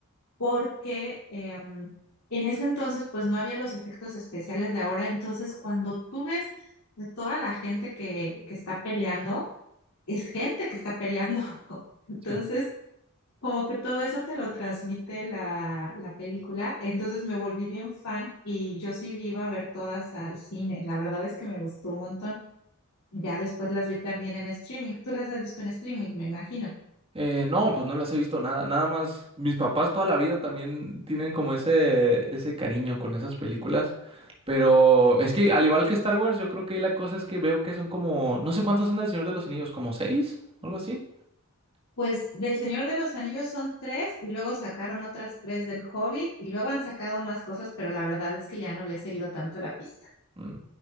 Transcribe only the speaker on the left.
porque em, en ese entonces pues no había los efectos especiales de ahora. Entonces, cuando tú ves a toda la gente que, que está peleando, es gente que está peleando, <laughs> ¿no? Entonces,
como que todo eso te lo transmite la, la película. Entonces me volví bien fan y yo sí iba a ver todas al cine. La verdad es que me gustó un montón. Ya después las vi también en streaming. Tú las has visto en streaming, me imagino.
Pues del Señor de los Anillos son tres y luego sacaron otras tres del Hobbit y luego han sacado más cosas, pero la verdad es que ya no le he seguido tanto la pista.